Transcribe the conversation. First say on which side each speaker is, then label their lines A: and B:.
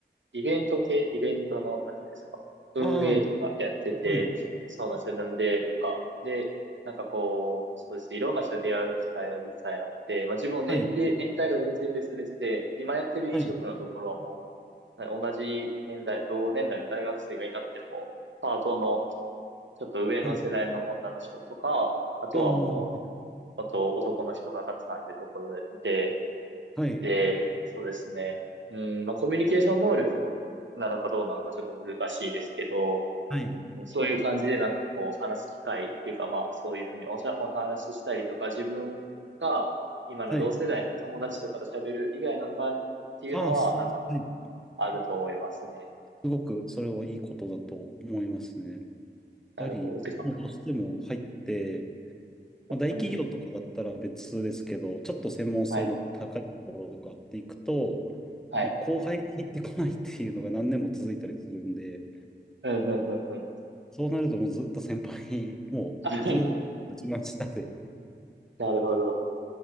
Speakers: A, on the right; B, in the centre.
A: イベント系、イベントの、なんていうんですか、運営とかやってて、
B: ああ、はい、
A: そうなんですよ。なんで、なんか、で、なんかこう、そうですね。いろんな人と出会う機会が実際あって、まあ自分年齢、
B: はい、
A: 年代が全然別々で、今やってる飲食のところはも
B: はい、
A: う、同じ年代、同年代の大学生がいなくても、パートのちょっと上の世代の女の人とか、
B: はい、
A: あとはもう、
B: ああ、
A: あと男の人がたくさんいるところで、
B: はい、
A: で、そうですね。うん、まあ、コミュニケーション能力なのかどうなのかちょっと難しいですけど、
B: はい、
A: そういう感じでなんかこう話す機会っていうかまあそういうふうにおしゃ、お話ししたりとか自分が今の同世代の友達とかと喋る以外の場合っていうのはなんか
B: はい、ああ、そう、はい。
A: あると思いますね。
B: すごくそれはいいことだと思いますね。やっ
A: なるほど。
B: ぱり、
A: てか、
B: もうどうしても入って、まあ、大企業とかだったら別ですけど、
A: うんうん
B: ちょっと専門性の高いところとかっていくと、
A: はい、はい。
B: もう後輩が入ってこないっていうのが何年も続いたりするんで、
A: うんうんうんうん。
B: そうなるともうずっと先輩、もうずっと一番下で、
A: <laughs> あなるほど。